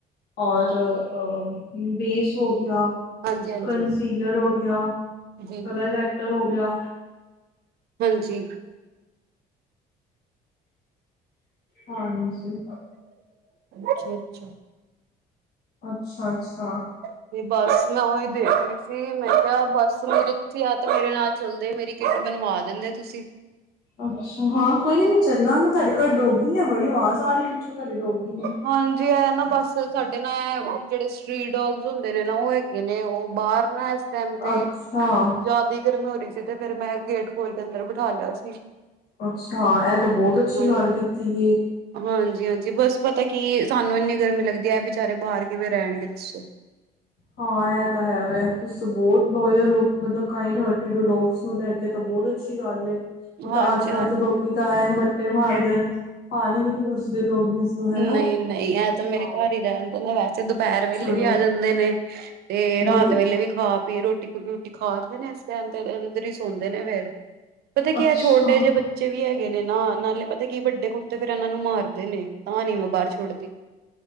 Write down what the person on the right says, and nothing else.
ਹਾਂਜੀ ਹਾਂਜੀ
ਜੀ
ਹਾਂਜੀ
ਅੱਛਾ ਅੱਛਾ
ਤੇ ਬਸ ਮੈਂ ਉਹੀ ਦੇਖ ਰਹੀ ਸੀ ਕੇ ਮੈਂ ਕਿਹਾ, ਬਸ ਮੇਰੀ ਤੁਸੀਂ ਜਾਂ ਤਾਂ ਮੇਰੇ ਨਾਲ ਚੱਲਦੇ, ਮੇਰੀ ਕਿੱਟ ਬਣਵਾ ਦਿੰਦੇ ਤੁਸੀਂ
ਹਾਂਜੀ, ਇਹ ਨਾ ਬਸ ਸਾਡੇ ਨਾ ਇਹ ਜਿਹੜੇ ਸਟਰੀਟ ਡੋਗਸ ਹੁੰਦੇ ਨੇ ਨਾ ਉਹ ਇੱਕ ਹੈਗੇ ਨੇ, ਉਹ ਬਾਹਰ ਨਾ ਇਸ ਟਾਈਮ ਤੇ
ਜ਼ਿਆਦੀ ਫਿਰ ਮੈਂ ਹੋ ਰਹੀ ਸੀ, ਤੇ ਫੇਰ ਮੈਂ ਗੇਟ ਖੋਲ ਕੇ ਅੰਦਰ ਬਿਠਾ ਲਿਆ ਸੀ।
ਹਾਂਜੀ
ਹਾਂਜੀ -ਹਾਂਜੀ ਬਸ ਪਤਾ ਕੀ, ਸਾਨੂੰ ਇੰਨੀ ਗਰਮੀ ਲੱਗਦੀ ਹੈ, ਬਚਾਰੇ ਬਾਹਰ ਕਿਵੇਂ ਰਹਿਣਗੇ ਦੱਸੋ
ਹਾਂਜੀ
ਹਾਂਜੀ
ਨਹੀਂ
-ਨਹੀਂ ਇਹਂ ਤਾਂ ਮੇਰੇ
ਘਰ ਹੀ ਰਹਿਦੇ ਨੇ ਵੈਸੇ ਤੇ ਦੁਪੈਰ ਵੇਲੇ
ਵੀ ਆ ਜਾਂਦੇ ਨੇ, ਤੇ ਰਾਤ
ਵੇਲੇ ਵੀ ਖਾ ਰੋਟੀਕ-ਰੂਟੀ ਖਾ ਕੇ ਨੇ ਇਸ ਟਾਈਮ ਤੇ ਅੰਦਰ ਈ ਸੌਂਦੇ ਨੇ ਫੇਰ ਪਤਾ ਕੀ
ਐ ਛੋਟੇ ਜੇ ਬੱਚੇ ਬੱਚੇ ਵੀ ਹੈਗੇ ਨੇ ਨਾ, ਨਾਲੇ ਪਤਾ ਕੀ ਵੱਡੇ ਕੁੱਤੇ ਫੇਰ ਇਨਾਂ ਨੂੰ ਮਾਰਦੇ ਨੇ, ਤਾਂ ਨੀ ਮੈਂ ਬਾਰ ਛੋੜਦੀ